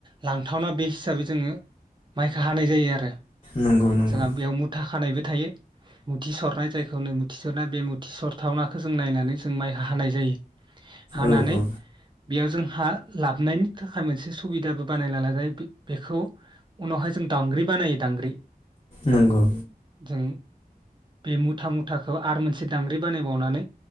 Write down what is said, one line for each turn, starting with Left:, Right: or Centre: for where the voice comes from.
Right: लांथावना बे हिसाबै जोङो माइखौ हानाय जायो आरो।
Left: नंगौ नंगौ
Right: जोङा बेयाव मु मुथा खानायबो थायो मुथि सरनाय जायखौनो मुथि सरनाय बे मुथि सरथावनाखौ जों नायनानै जों माइ हानाय जायो। जायो हानानै
Left: औ औ
Right: बेयाव जों हा लाबोनायनि थाखाय मोनसे सुबिदाबो बानायना लाजायो। बे बेखौ उनावहाय जों दांग्रि बानायो दांग्रि।
Left: नंगौ।
Right: जों बे मुथा मुथाखौ आरो मोनसे दांग्रि बानायबावनानै